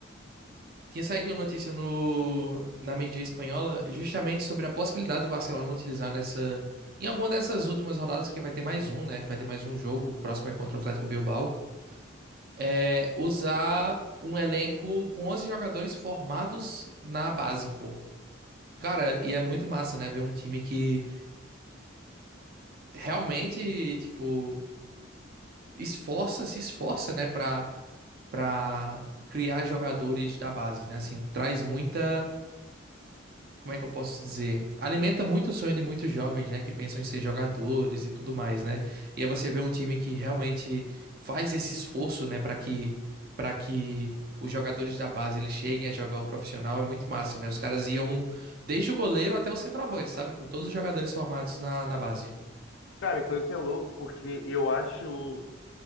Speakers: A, on the right; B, on the left.
A: Tinha saído uma notícia no, na mídia espanhola justamente sobre a possibilidade do Barcelona utilizar nessa. Em alguma dessas últimas rodadas, que vai ter mais um, né? Vai ter mais um jogo, o próximo é contra o Atlético Bilbao. É, usar um elenco com 11 jogadores formados na base, pô. Cara, e é muito massa, né? Ver um time que realmente, tipo, esforça, se esforça, né? Pra, pra criar jogadores da base, né? Assim, traz muita como é que eu posso dizer? Alimenta muito o sonho de muitos jovens, né, que pensam em ser jogadores e tudo mais, né? E aí você vê um time que realmente faz esse esforço, né, para que para que os jogadores da base eles cheguem a jogar o profissional é muito massa, né? Os caras iam desde o goleiro até o centroavante, sabe? Com todos os jogadores formados na, na base.
B: Cara, então isso é louco, porque eu acho